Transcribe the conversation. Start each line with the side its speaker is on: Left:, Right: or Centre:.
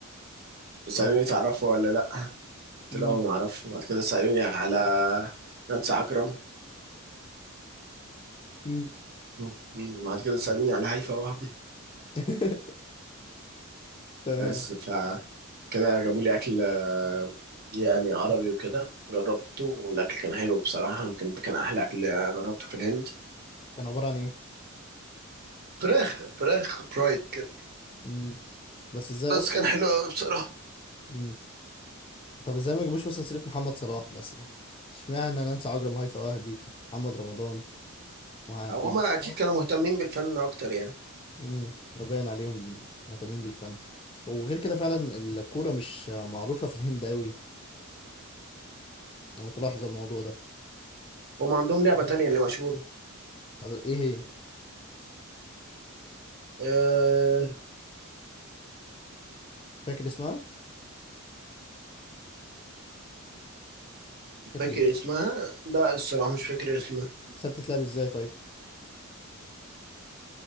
Right: وسالوني
Left: آه.
Right: تعرفه ولا لا قلت
Left: مم.
Right: لهم ما اعرفه وبعد كده سالوني على نانسي عجرم
Left: مم.
Right: م- بعد كده سالوني على هيفاء وهبي
Left: <laughs> تمام
Right: بس فكده جابوا لي اكل آه، يعني عربي وكده جربته والاكل كان حلو بصراحه يمكن ده كان احلى اكل جربته في الهند
Left: كان عبارة عن ايه؟
Right: فراخ فراخ برايد كده
Left: مم. بس ازاي
Right: بس
Left: اصلا؟
Right: كان حلو قوي بصراحه
Left: مم. طب ازاي ما جابوش مثلا سيرة محمد صلاح مثلا؟ اشمعنى نانسي عجرم هيفاء وهبي محمد رمضان وعبيس
Right: هما اكيد كانوا مهتمين بالفن اكتر يعني
Left: امم باين عليهم مهتمين بالفن وغير كده فعلا الكورة مش معروفة في الهند قوي انا بتلاحظ الموضوع ده
Right: هم عندهم لعبة تانية اللي مشهورة
Left: طب ايه هي؟
Right: أه
Left: فاكر اسمها؟ كانت
Right: فاكر
Left: ل-
Right: اسمها لا الصراحة مش فاكر اسمها
Left: بس بتتلعب ازاي طيب؟